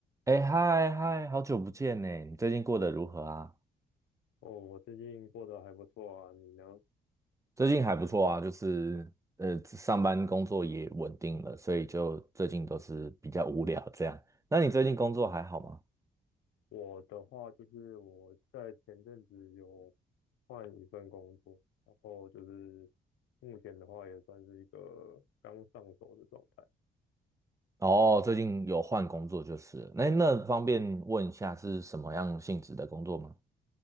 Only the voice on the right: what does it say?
哎，嗨嗨，好久不见呢！你最近过得如何啊？
最近还不错啊，就是呃，上班工作也稳定了，所以就最近都是比较无聊这样。那你最近工作还好吗？
哦，最近有换工作就是了那那方便问一下是什么样性质的工作吗？